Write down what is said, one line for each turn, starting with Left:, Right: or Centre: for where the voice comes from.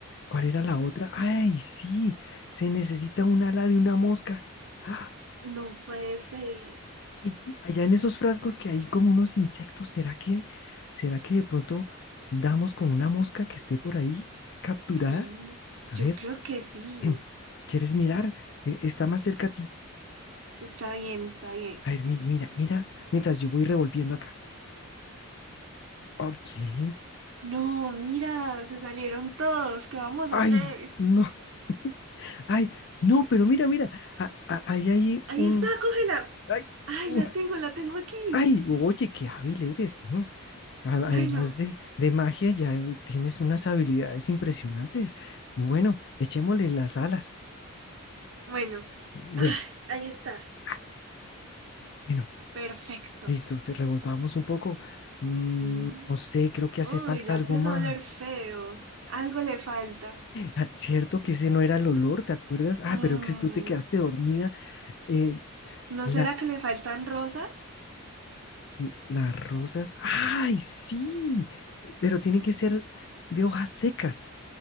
Left: ¿cuál era la otra? Ay, sí, se necesita un ala de una mosca. <gasps> ¡Ah!
Right: No puede ser.
Left: Ay, Allá en esos frascos que hay como unos insectos, ¿será que, será que de pronto damos con una mosca que esté por ahí capturada?
Right: Sí,
Left: A
Right: yo
Left: ver,
Right: creo que sí.
Left: <clears throat> ¿quieres mirar? Eh, está más cerca a ti.
Right: Está bien, está bien.
Left: A ver, mira, mira, mira, mientras yo voy revolviendo acá. Ok.
Right: No, mira, se salieron todos. ¿Qué vamos
Left: Ay,
Right: a hacer?
Left: no, <laughs> ay, no, pero mira, mira, a- a- ahí hay
Right: Ahí
Left: un,
Right: está, cógela.
Left: ay,
Right: Ay,
Left: un-
Right: la tengo, la tengo aquí.
Left: ay, oye, qué hábil eres. ¿no? A-
Right: Bueno,
Left: Además de, de magia, ya tienes unas habilidades impresionantes. Bueno, echémosle las alas.
Right: bueno.
Left: Bueno,
Right: Ah, ahí está.
Left: ah, listo. Bueno,
Right: Perfecto.
Left: listo, se revolvamos un poco. Mm,
Right: Mm.
Left: no sé, creo que
Right: Uy,
Left: hace falta
Right: ya
Left: algo
Right: empieza
Left: más.
Right: a oler feo. Algo le falta.
Left: Ah, Cierto que ese no era el olor, ¿te acuerdas? Ah,
Right: Mm,
Left: pero que tú te quedaste dormida. Eh,
Right: ¿No
Left: la,
Right: será que le faltan rosas?
Left: l- las rosas. ¡Ay, sí! Pero tiene que ser de hojas secas.